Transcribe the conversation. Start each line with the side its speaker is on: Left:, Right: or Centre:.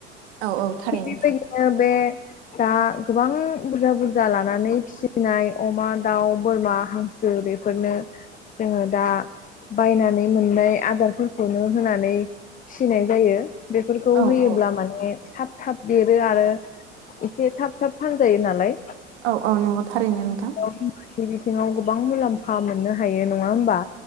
Right: औ औ थारैनो।
Left: थिग बेबादिनो बे दा गोबां बुरजा बुरजा लानानै फिसिनाय अमा दाउ बोरमा हांसो बेफोरनो जोङो दा बायनानै मोननाय आदारफोरखौनो होनानै फिनाय जायो बेफोरखौ
Right: औ
Left: होयोब्ला
Right: औ
Left: माने थाब थाब देरो आरो एसे थाब थाब फानजायो नालाय
Right: औ औ नंगौ थारैनो नोंथां
Left: माखासे बिथिङाव गोबां मुलाम्फा मोननो हायो नङा होमबा